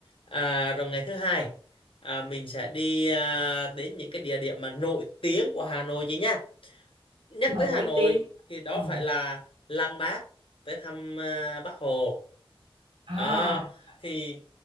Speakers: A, on the left (about 65°); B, on the right (about 70°).
A: À, rồi ngày thứ hai à, mình sẽ đi à, đến những cái địa điểm mà nổi tiếng của Hà Nội chứ nha. Nhắc
B: nổi
A: tới Hà Nội
B: tiếng.
A: thì đó
B: Ừ.
A: phải là Lăng Bác tới thăm à, Bác Hồ.
B: À
A: Đó, thì